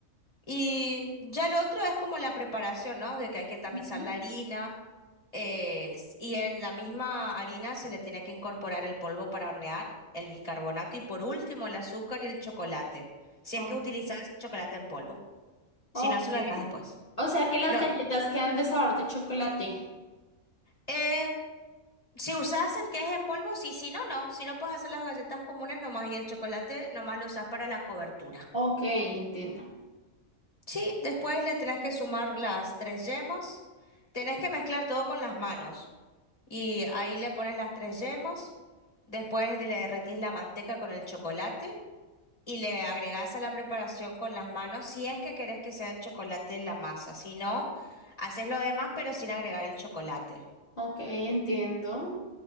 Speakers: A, on the left; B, on the left.
A: Y ya lo otro es como la preparación, ¿no? De que hay que tamizar
B: Ujú.
A: la harina. eh, s- y en la misma harina se le tiene que incorporar el polvo para hornear, el bicarbonato y por último el azúcar y el chocolate. Si
B: Oh,
A: es que utilizas chocolate en polvo.
B: Okay.
A: Si no, se lo dejas después.
B: O sea que las
A: Lo,
B: galletas quedan de sabor de chocolate.
A: eh, si usas el que es en polvo, sí, si no, no. Si no, puedes hacer las galletas comunes nomás y el chocolate nomás lo usas para la cobertura.
B: Okay, entiendo.
A: Sí, después le tenés que sumar las tres yemas. Tenés que mezclar todo con las manos. Y ahí le pones las tres yemas. Después le derretís la manteca con el chocolate. Y le agregás a la preparación con las manos si es que querés que sea de chocolate la masa. Si no, haces lo demás pero sin agregar el chocolate.
B: Okay, entiendo.